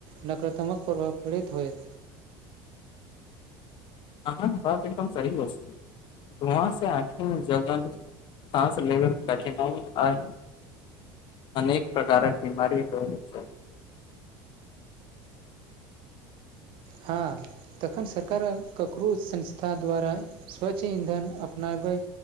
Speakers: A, on the right; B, on the left.
A: नकारात्मक प्रभाव पीड़ित होयत।
B: अहाँ पचिक सहव अस। वहाँ से आख ज सास ले कठिनाइ आ अनेक प्रकारक बीमार होल छै।
A: हँ। तखन सरकार ककरो संस्था द्वारा स्वच्छ ईंधन अपनाबै।